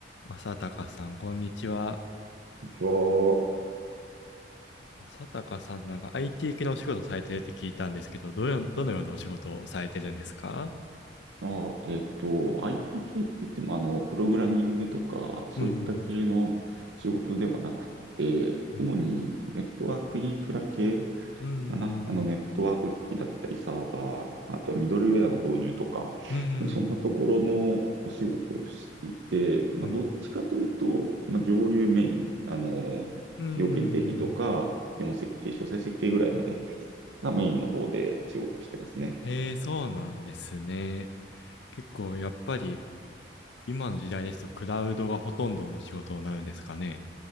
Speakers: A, on the left; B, on the right.
A: 正隆さん、こんにちは。
B: ちは、
A: 正隆さん、なんか IT 系のお仕事されてるって聞いたんですけど、どのよ、どのようなお仕事をされてるんですか
B: あ、えっと、IT 系って言っても、あの、プログラミングとか、そういった系の仕事ではなくて、
A: うーん、うん、
B: 主にネットワークインフラ系
A: うーん、
B: かな。あの、ネットワーク機器だったり、サーバー、あとミドルウェアの導入とか、
A: うーん、
B: そんなところのお仕事をしていて、まあ、
A: うん、
B: どっちかというと、まあ、上流メイン、あの、
A: うーん。
B: 要件定義とか、基本設計、詳細設計ぐらいまでがメインの方で仕事してますね。
A: へえ、そうなんですね。結構、やっぱり、今の時代ですと、クラウドがほとんどの仕事になるんですかね。